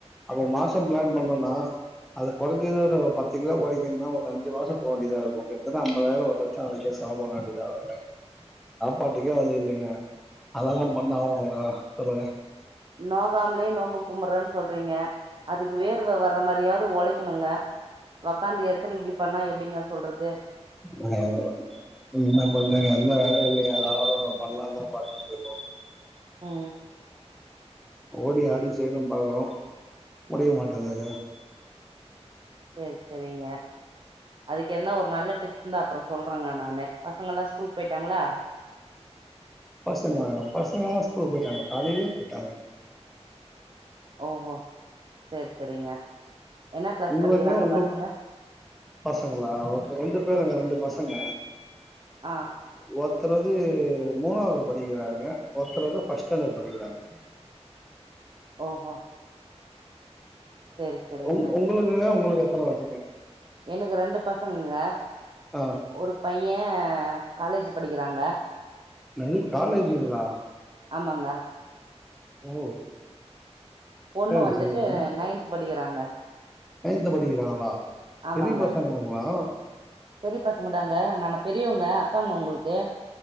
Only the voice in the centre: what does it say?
அப்போ மாசம் பிளான் பண்ணோம்னா அது கொறஞ்சது ஒரு பத்து கிலோ கொறங்கன்னா ஒரு அஞ்சு மாசம் போ வேண்டியதா இருக்கு கிட்டத்தட்ட ஐம்பதாயிரோ ஒரு லட்சோ அதுக்கே செலவு பண்ண வேண்டியதா வருங்க சாப்பாட்டுக்கே வலி இல்லைங்க அதெல்லா பண்ணு அவ சொல்லுங்க
அ நீங்க என்ன பண்றீங்க எந்த வேலையு இல்லைங்க ஏதாவது பண்லான்தா பாத்துட்ருக்கோ
ஓடி ஆடி செய்யணும் பாக்குறோ முடிய மாட்டேங்குது
பசங்கங்க பசங்கல்லா ஸ்கூல் போயிட்டாங்க காலையிலயே போயிட்டாங்க
இங்க
உங்க
பசங்களா ரெண்டு பேருங்க ரெண்டு பஸ் பசங்க
ஒருத்தர் வந்து மூணாவது படிக்கிறாங்க ஒருத்தர் வந்து ஃபர்ஸ்ட் ஸ்டேண்டர்ட் படிக்கிறாங்க
உங் உங்களுக்குங்க உங்களுக் எத்தன பசங்க
ஆ
என்னது காலேஜுங்களா
ஓ
சரிங்க
சரிங்க
நைன்த் படிக்கிறாங்களா
பெரிய பசங்களாங்களா